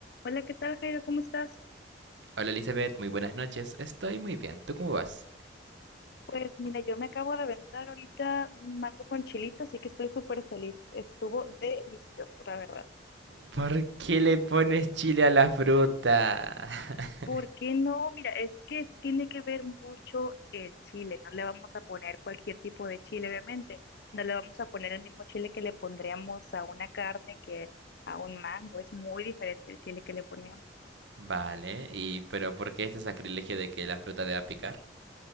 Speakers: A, on the left (about 65°); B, on the right (about 85°).
A: Hola, ¿qué tal, Jairo? ¿Cómo estás?
B: Hola Elizabeth, muy buenas noches. Estoy muy bien. ¿Tú cómo vas?
A: Pues mira, yo me acabo de aventar ahorita un mango con chilito, así que estoy súper feliz. Estuvo delicioso, la verdad.
B: ¿Por qué le pones chile a la fruta? <laughs>
A: ¿Por qué no? Mira, es que tiene que ver mucho el chile. No le vamos a poner cualquier tipo de chile, obviamente. No le vamos a poner el mismo chile que le pondríamos a una carne que a un mango. Es muy diferente el chile que le ponemos.
B: Vale, y pero ¿por qué este sacrilegio de que la fruta deba picar?